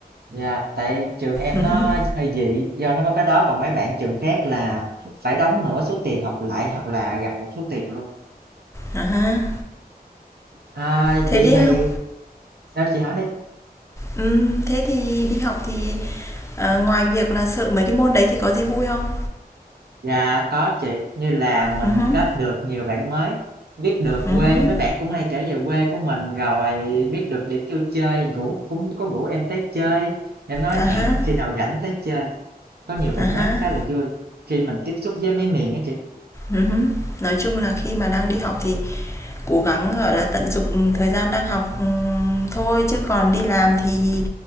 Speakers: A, on the right (about 80°); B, on the left (about 15°).
A: dạ, tại trường em
B: Ừm
A: nó
B: hứm,
A: hơi dị do nó có cái đó còn mấy bạn trường khác là phải đóng nửa số tiền học lại hoặc là gặp một số tiền luôn.
B: à ha.
A: À,
B: Thế
A: vậy
B: đi
A: thì
B: học
A: sao chị hỏi đi?
B: Ừm, thế thì đi học thì, ờ, ngoài việc là sợ mấy cái môn đấy thì có gì vui không?
A: Dạ có chị, như là mình
B: Ừm hứm,
A: kết được nhiều bạn mới, biết được
B: ừm
A: quê,
B: hứm,
A: mấy bạn cũng hay kể về quê của mình rồi biết được điểm vui chơi, ngủ cũng có rủ em tới chơi. Em nói
B: à há,
A: hẹn khi nào rảnh tới chơi. Có nhiều bạn
B: à há,
A: mới khá là vui khi mình tiếp xúc với mấy miền á chị,
B: ừm hứm. Nói chung là khi mà đang đi học thì cố gắng, gọi là, tận dụng thời gian đang học, ừm, thôi, chứ còn đi làm thì